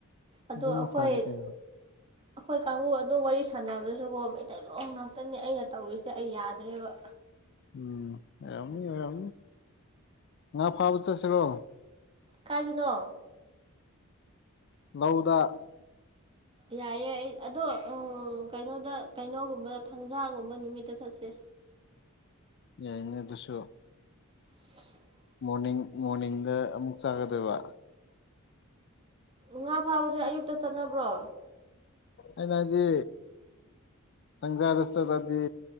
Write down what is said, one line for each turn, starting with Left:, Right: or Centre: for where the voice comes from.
Right: ꯑꯗꯣ
Left: ꯑꯗꯨꯅ
Right: ꯑꯈꯣꯏ
Left: ꯐꯔꯦ ꯀꯩꯅꯣ
Right: ꯑꯈꯣꯏ ꯀꯥꯡꯕꯨ ꯑꯗꯨꯝ ꯋꯥꯔꯤ ꯁꯥꯟꯅꯕꯗꯁꯨꯀꯣ ꯃꯩꯇꯩꯂꯣꯟ ꯉꯥꯛꯇꯅꯦ ꯑꯩꯅ ꯇꯧꯔꯤꯁꯦ ꯑꯩ ꯌꯥꯗ꯭ꯔꯦꯕ꯫
Left: ꯎꯝ ꯑꯣꯏꯔꯝꯅꯤ ꯑꯣꯏꯔꯝꯅꯤ ꯉꯥ ꯐꯥꯕ ꯆꯠꯁꯤꯔꯣ꯫
Right: ꯀꯥꯏꯗꯅꯣ꯫
Left: ꯂꯧꯗ꯫
Right: ꯌꯥꯏꯌꯦ ꯑꯩ ꯑꯗꯣ ꯀꯩꯅꯣꯗ ꯀꯩꯅꯣꯒꯨꯝꯕꯗ ꯊꯪꯖꯥꯒꯨꯝꯕ ꯅꯨꯃꯤꯠꯇ ꯆꯠꯁꯦ꯫
Left: ꯌꯥꯏꯅꯦ ꯑꯗꯨꯁꯨ꯫
Right: <inaudible>
Left: ꯃꯣꯔꯅꯤꯡ ꯃꯣꯔꯅꯤꯡꯗ ꯑꯃꯨꯛ ꯆꯠꯀꯗꯣꯏꯕ꯫
Right: ꯉꯥ ꯐꯥꯕꯁꯦ ꯑꯌꯨꯛꯇ ꯆꯠꯅꯕ꯭ꯔꯣ꯫
Left: ꯑꯩꯅ ꯍꯥꯏꯗꯤ ꯊꯪꯖꯥꯗ ꯆꯠꯂꯗꯤ